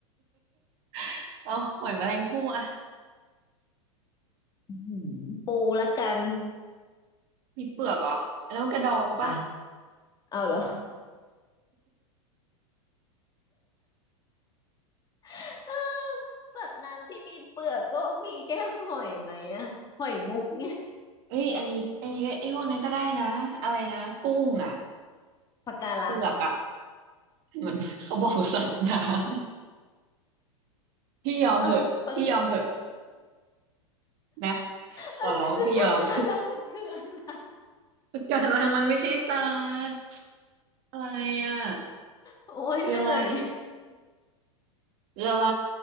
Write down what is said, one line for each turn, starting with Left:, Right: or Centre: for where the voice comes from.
Right: <laughs> เอาหอยแมลงภู่อะ
Left: อื้อหือปูละกัน
Right: มีเปลือกเหรออันนั้นมันกระดองปะ
Left: อ่ะเอาเหรอ <laughs> อ้าว <laughs> สัตว์น้ำที่มีเปลือกก็มีแค่หอยไหมอะหอยมุกไง
Right: เอ้ยอันนี้อันนี้ก็ไอ้ยพวกนั้นก็ได้นะอะไรนะกุ้งอะ
Left: ปะการัง
Right: เปลือกอะมัน <laughs> เขาบอกสัตว์น้ำ <laughs> พี่ยอมเหอะพี่ยอมเหอะ
Left: เอาปาก
Right: นะขอร้องพี่ยอม
Left: เอ้ยแล้วปากการังมันคืออะไร
Right: <laughs> ปะการังมันไม่ใช่สัตว์อะไรอ่ะ
Left: โอ้ยเหนื่อย
Right: คืออะไรคืออะไร